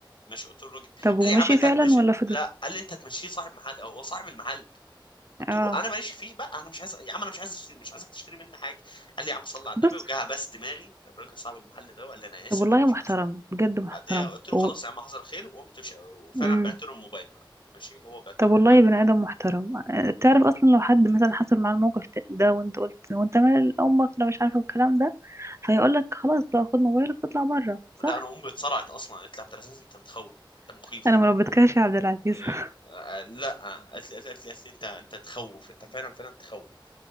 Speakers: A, on the left (about 70°); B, on the right (about 35°).
A: ماشي قلت له الراجل
B: طب ومشي
A: قال لي يا عم انت
B: فعلا
A: هتمشي
B: ولا فضل
A: لا قال لي انت هتمشيه صاحب محل هو صاحب المحل قلت
B: اه
A: له انا ماليش فيه بقى انا مش عايز يا عم انا مش عايز اشتري مش عايزك تشتري مني حاجه قال لي يا عم صلي على النبي
B: بص
A: وجه بس دماغي الراجل صاحب المحل ده وقال لي انا اسف
B: طب والله
A: ومش
B: محترم
A: قصدي
B: بجد محترم
A: بعدها قلت له
B: و...
A: خلاص يا عم حصل خير وقمت مش... وفعلا
B: امم
A: بعت له الموبايل بقى ماشي هو بعت
B: طب
A: له الموبايل
B: والله بني آدم محترم تعرف أصلا لو حد مثلا حصل معاه الموقف ده وأنت قلت وأنت مال أمك أنا مش عارفة الكلام ده فيقول لك خلاص بقى خد موبايلك واطلع بره صح
A: لا انا امي اتصرعت اصلا قالت لي عبد العزيز انت بتخوف انت مخيف
B: أنا مربتكش يا عبد العزيز
A: إيه.
B: <laughs>
A: آه، لا آه، قالت لي قالت لي قالت لي انت انت تخوف انت فعلا فعلا تخوف